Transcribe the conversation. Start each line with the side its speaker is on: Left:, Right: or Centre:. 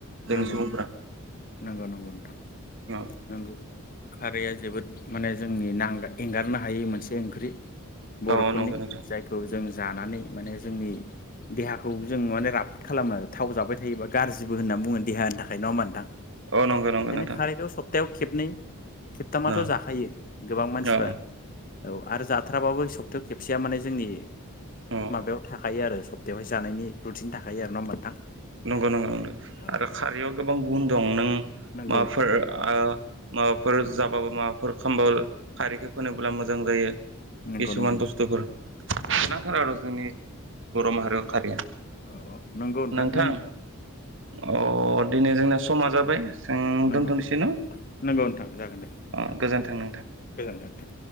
Right: जोंनि
Left: नंगौ
Right: सुबुंफोरा
Left: नंगौ नंगौ नोंथां
Right: औ
Left: नंगौ खारै या जोबोद माने जोंनि नांगाय एंगारनो हायै मोनसे ओंख्रि बर'फोरनि
Right: औ नंगौ नोंथां
Left: जायखौ जों जानानै माने जोंनि देहाखौ जों माने राफोद खालामो थाव जाबाय थायोबा गाज्रिबो होननानै बुङो देहानि थाखाय नङा होनबा नोंथां
Right: अ नंगौ नंगौ
Left: ओंखायनो
Right: नोंथां
Left: खारैखौ सब्तायाव खेबनै खेबथामाथ'
Right: औ
Left: जाखायो गोबां मानसिफोरा
Right: औ
Left: औ आरो जाथ्राबाबो सब्तायाव खेबसेया माने जोंनि
Right: औ
Left: माबायाव थाखायो आरो सप्तायावहाय जानायनि रुटिन थाखायो आरोना नोंथां
Right: नंगौ नंगौ नंगौ
Left: औ
Right: आरो खारैयाव गोबां गुन दं नों
Left: नंगौ
Right: माबाफोर ओ माबाफोर जाबाबो माबा एखमबा खारैखौ फोनोब्ला मोजां जायो
Left: नंगौ
Right: किसुमान
Left: नंगौ नोंथां
Right: बुस्थुफोर
Left: नंगौ
Right: नांथारो आरो जोंनि बर' माहारियाव खारिया
Left: औ औ नंगौ नोंथां
Right: नोंथां अ दिनै जोंना समा जाबाय जों
Left: नंगौ
Right: दोनथ'नोसै न'
Left: नंगौ नोंथां जागोन दे नोंथां
Right: अ गोजोन्थों नोंथां
Left: गोजोनथों नोंथां